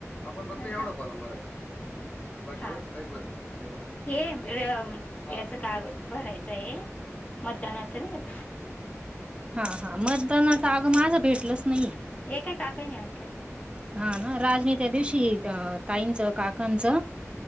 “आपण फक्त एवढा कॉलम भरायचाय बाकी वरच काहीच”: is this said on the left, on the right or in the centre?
Left